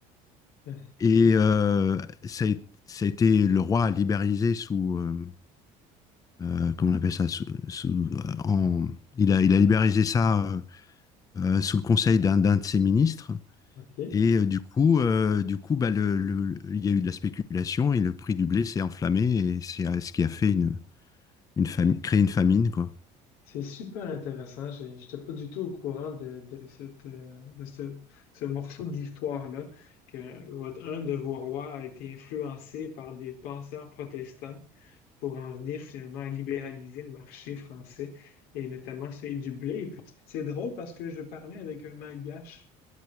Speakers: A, on the left; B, on the left.
A: ben,
B: Et euh, ça, a, ça a été le roi a libéralisé sous euh, euh, comment on appelle ça sous, sous- euh, en, il a il a libéralisé ça euh, euh, sous le conseil d'un d'un de ses ministres.
A: OK.
B: Et euh, du coup, euh, du coup, bah, le, le- il y a eu de la spéculation et le prix du blé s'est enflammé et c'est euh, ce qui a fait une, une fami- créé une famine, quoi.
A: C'est super intéressant. Je n'étais pas du tout au courant de, de, cette, euh, de ce, ce morceau d'histoire-là, que votre, un de vos rois a été influencé par des penseurs protestants pour en venir finalement à libéraliser le marché français, et notamment celui du blé. Et puis, C'est drôle parce que je parlais avec un malgache